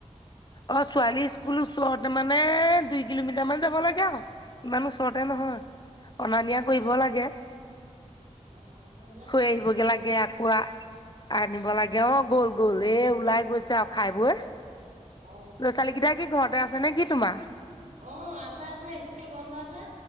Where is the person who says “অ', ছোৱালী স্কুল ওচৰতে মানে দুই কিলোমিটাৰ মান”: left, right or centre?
Left